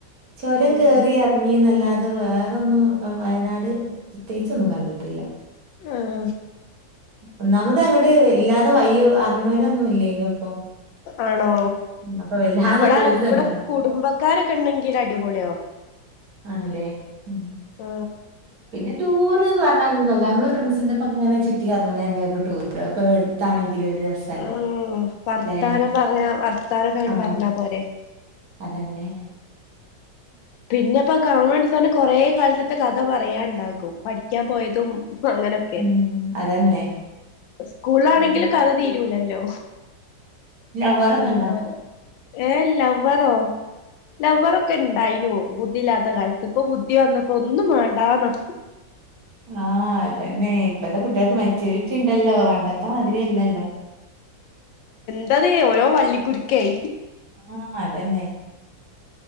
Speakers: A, on the right; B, on the left.
A: ചൊരം
B: ഉം
A: കേറിയ ന്നല്ലാതെ വേറൊന്നും വയനാട് പ്രത്യേകിച്ചൊന്നും കണ്ടിട്ടില്ല
B: ആഹ്
A: ഒന്നാമത് അങ്ങോട്ട് ഇല്ലാതെ വയ്യ് അറിയണോലോ ഒന്നും ഇല്ലേ ഇനി ഒപ്പം
B: ആണോ
A: ഉം അപ്പൊ വല്ലാതെ
B: ഇവിട
A: ദൂരതണ്ടന്ന്
B: ഇവിടെ കുടുംബക്കാരൊക്കെ ഉണ്ടെങ്കി ടി അടിപൊളിയൊ
A: ആണല്ലേ ഉം.
B: ആ
A: പിന്നെ ടൂർ ന്ന് പറഞ്ഞാ ഒന്നുല്ല നമ്മള് ഫ്രണ്ട്സിന്റെ ഒപ്പ ങ്ങനെ ചുറ്റി കറങ്ങനെന്നെ ടൂറുണ്ട് അപ്പൊ എടുത്താണെങ്കിൽ രസല്ലേ
B: ആഹ് വർത്താനം
A: ല്ലേ
B: പറഞ്ഞ വർത്താനൊക്കെ അങ്ങട്
A: ആ
B: പറഞ്ഞാ പോരെ
A: അതെന്നെ
B: പിന്നെപ്പോ കാണാനെങ്കി ത്തന്നെ കൊറേ കാലത്തത്തെ കഥ പറയൻണ്ടാകും പഠിക്കാൻ പോയതും അങ്ങനൊക്കെ
A: ഉം അതന്നെ.
B: സ്കൂളിലാണെങ്കി
A: ഉം.
B: കഥ തീര് രൂലല്ലോ
A: ലൗവറൊക്കെ
B: അതുപോലെ
A: ഉണ്ടോ?
B: ഏ ലൗവർ റോ ലവ്വ റൊക്കെ ഉണ്ടായിനു ബുദ്ധിയില്ലാത്ത കാലത്ത് ഇപ്പൊ ബു ദ്ധി വന്നപ്പോ ഒന്നും വേണ്ടന്നാ
A: ആ അതന്നെ ഇപ്പത്തെ കുട്ടികൾക്ക് മെച്ചൂരിറ്റി ഇ ണ്ടല്ലോ പണ്ടത്തെ ത്തെ മാതിരി അല്ലല്ലോ
B: ഇത്തത് ഓരോ വള്ളിക്കുരുക്കേയ്
A: ആഹ് അതന്നെ.